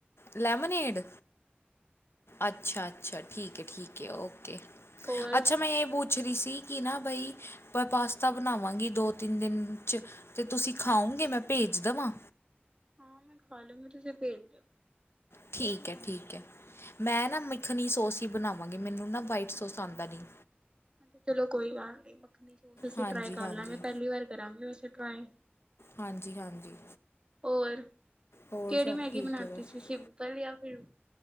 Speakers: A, on the left; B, on the right.
A: ਲੈਮਨੇਡ ਅੱਛਾ। ਅੱਛਾ ਠੀਕ ਹੈ, ਠੀਕ ਹੈ, ਔਕੇ। ਔਕੇ
B: ਹੋਰ
A: ਅੱਛਾ ਮੈਂ ਇਹ ਪੂਛ ਰਹੀ ਸੀ ਕੀ ਨਾ ਬਈ ਪਾਸਤਾ ਬਣਾਵਾਂਗੀ ਦੋ ਤਿੰਨ ਦਿਨ ਚ, ਤੇ ਤੁਸੀਂ ਖਾਓਗੇ ਮੈਂ ਭੇਜ ਦੇਵਾਂ।
B: ਹਾਂ ਮੈਂ ਖਾ ਲਉ ਗਈ, ਤੁਸੀਂ ਭੇਜ ਦੇਯੋ।
A: ਠੀਕ ਹੈ ਠੀਕ ਹੈ। ਮੈਂ ਨਾ ਮੱਖਣੀ ਸੋਸ ਹੀ ਬਣਾਵਾਂਗੀ ਮੈਨੂੰ ਨਾ ਵਾਈਟ ਸੋਸ ਆਉਂਦਾ ਨਹੀਂ।
B: ਹਾਂਜੀ ਚਲੋ ਕੋਈ ਗੱਲ ਨੀ, ਮੱਖਣੀ ਸੋਸ ਅਸੀਂ
A: ਹਾਂਜੀ
B: ਟਰਾਈ ਕਰ
A: ਹਾਂਜੀ
B: ਲਾਂਗੇ ਪਹਿਲੀ ਵਾਰ ਕਰਾਂਗੇ। ਸਿਖਾਈ।
A: ਹਾਂਜੀ ਹਾਂਜੀ।
B: ਹੋਰ।
A: ਹੋਰ
B: ਕਿਹੜੀ
A: ਸਭ
B: ਮੈਗੀ
A: ਠੀਕ
B: ਬਣਾਤੀ
A: ਹੈ ਬਸ
B: ਸੀ ਸ਼ਿਪਲ ਯਾ ਮਿਆਉਂ।